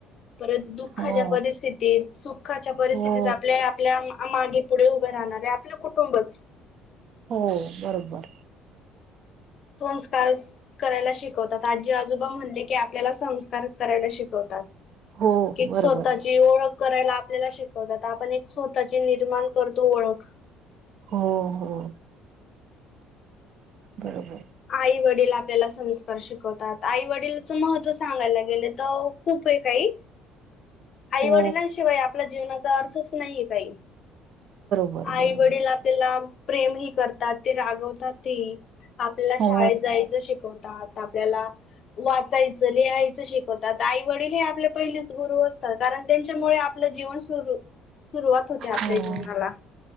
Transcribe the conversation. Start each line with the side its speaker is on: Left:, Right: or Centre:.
Left: परत दुःखाच्या
Right: हो
Left: परिस्थितीत, सुखाच्या परिस्थितीत
Right: हो
Left: आपल्या ए आपल्या मा.. मागे पुढे उभे राहणारे आपलं कुटुंबच.
Right: हो.. बरोब्बर.
Left: संस्कारस करायला शिकवतात. आजी आजोबा म्हणले की आपल्याला संस्कार करायला शिकव <inaudible>
Right: हो
Left: की
Right: बरोबर
Left: स्वतःची ओळख करायला आपल्याला शिकवतात. आपण एक सोताची निर्माण करतो ओळख. <unintelligible>
Right: हो.. हो. बरोबर.
Left: आई वडील आपल्याला संस्कार शिकवतात. आई वडीलचं महत्त्व सांगायला गेले त खूप ए काही. आई
Right: हो
Left: वडिलांशिवाय आपल्या जीवनाचा अर्थच नाहीये काही.
Right: बरोबर
Left: आई
Right: बरोबर
Left: वडील आपल्याला प्रेमही करतात ते रागवतातई. आपल्या शाळेत
Right: हो
Left: जायचं शिकवतात. आपल्याला वाचायचं, लिहायचं शिक आई वडील हे आपले पहिलेच गुरु असतात, कारण त्यांच्यामुळे आपलं जीवन सुरू सुरुवात होते आपल्या
Right: हो
Left: जीवनाला.